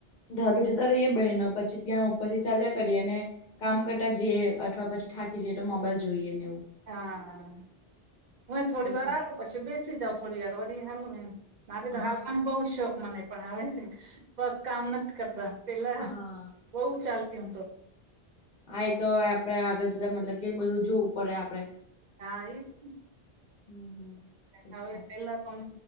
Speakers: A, on the left; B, on the right.
A: <unintelligible> જતા રહીએ બહેનો પછી ત્યાં ઉપરથી ચાલ્યા કરીએ ને કામ કરતા જઈએ અથવા પછી થાકી જઈએ તો મોબાઈલ જોઈએ ને એવું.
B: હા હું થોડી
A: એવું
B: વાર
A: ચાલે
B: હાલું પછી બેસી જાઉ થોડી વાર વરી હાલું એમ. મારે
A: હા
B: તો હાલવાનો બહુ શોખ મને પણ આવે પગ કામ નથી કરતા પેલા
A: હા
B: બઉુ ચાલતી હું તો.
A: આયે તો આપડે આગળ જ મતલબ કે બધું જોવું પડે આપડે.
B: હા એ જ ને.
A: હમ હમ. એ
B: હવે
A: છે
B: પેલા તો આમ